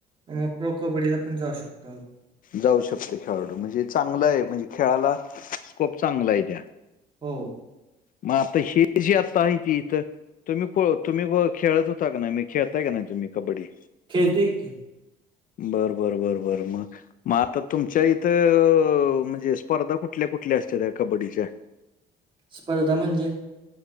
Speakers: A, on the right; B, on the left.
A: मग प्रो कबड्डीला पण जाऊ शकतो.
B: जाऊ शकतो खेळाडू म्हणजे चांगलं आहे म्हणजे खेळाला स्कोप चांगला आहे त्या.
A: हो.
B: मग आता हे जी आता आहे ती इथं- तुम्ही तुम्ही खेळत होता का नाही मी खेळताय का नाही तुम्ही कबड्डी?
A: खेळतोय की.
B: बर बरं बर बर मग. मग आता तुमच्या इथं म्हणजे स्पर्धा कुठल्या कुठल्या असत्यात्या कबड्डीच्या?
A: स्पर्धा म्हणजे?